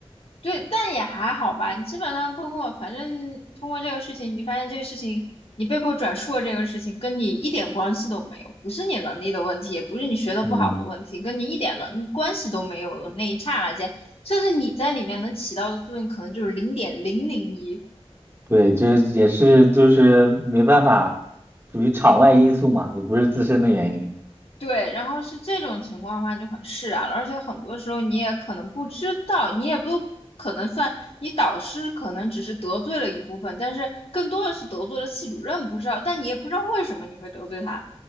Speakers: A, on the left (about 60°); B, on the right (about 20°).
A: 对，但也还好吧。你基本上通过，反正通过这个事情，你发现这个事情，你被迫转述的这个事情跟你一点关系都没有，不是你能力的问题，也不是你学的不好的问题，
B: 嗯，
A: 跟你一点能关系都没有的那一刹那间，甚至你在里面能起到的作用可能就是零点零零一。
B: 对，这也是就是没办法，属于场外因素嘛，也不是自身的原因。
A: 对，然后是这种情况的话就很释然了，而且很多时候你也可能不知道，你也不可能算你导师可能只是得罪了一部分，但是更多的是得罪了系主任，不知道，但你也不知道为什么你会得罪他，